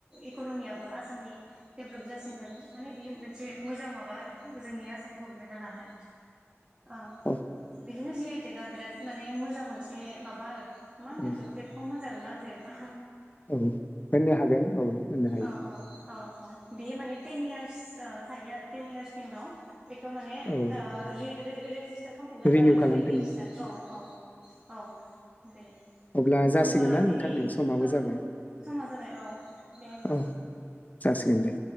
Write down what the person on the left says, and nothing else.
औ
औ
औ होननो हागोन औ। होननो हायो
औ
रिनिउ
खालामफिन
अब्ला जासिगोन
ना
नोंथां नै समाबो
जाबाय
औ जासिगोन दे।